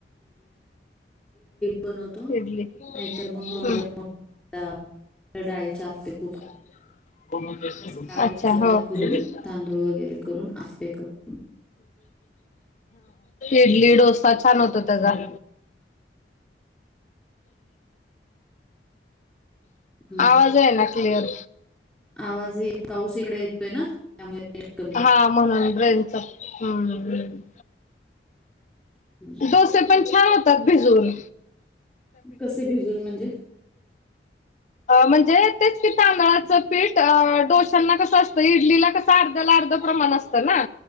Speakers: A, in the centre; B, on the left (about 40°).
A: बनवतो
B: इडली
A: नाहीतर मग
B: हम्म
A: माझ्या डाळीच्या आपे <unintelligible>
B: <unintelligible>
A: डाळी
B: अच्छा
A: सगळ्या
B: हो हा
A: करून तांदूळ वगैरे करून आप्पे करून
B: इडली डोसा छान होता त्याचा.
A: हम्म
B: आवाज आहे ना क्लिअर?
A: आवाज ह पाऊस इकडे येतोय ना त्यामुळे <unintelligible>
B: हा म्हणून रेंज हम.
A: जास्त
B: डोसे पण छान होतात भिजून.
A: कसे भिजून म्हणजे
B: म्हणजे तेच की तांदळाचं पीठ डोश्यांना कसं असतं इडलीला कसं अर्ध्याला अर्ध प्रमाण असतं ना.